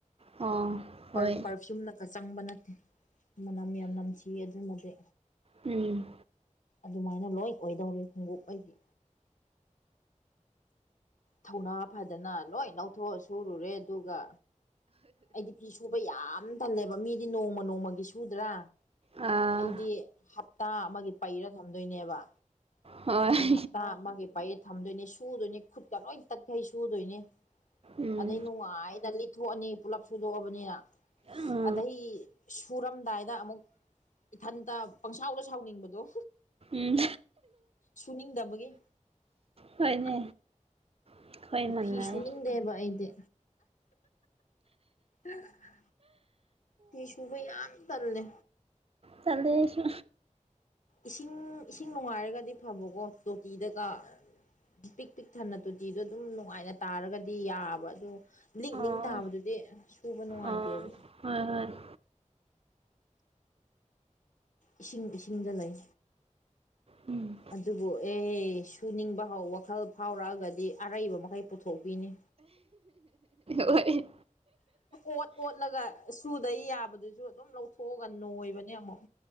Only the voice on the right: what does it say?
ꯑꯥ..... ꯍꯣꯏ
ꯎꯝ
ꯑꯥ
ꯍꯣꯏ
ꯎꯝ
ꯑꯥ
ꯎꯝ
ꯍꯣꯏꯅꯦ
ꯑꯩꯈꯣꯏ ꯃꯥꯟꯅꯩ
ꯇꯜꯂꯦ ꯑꯩꯁꯨ
ꯑꯥ
ꯑꯥ ꯍꯣꯏ ꯍꯣꯏ <unintelligible>
ꯎꯝ
ꯍꯣꯏ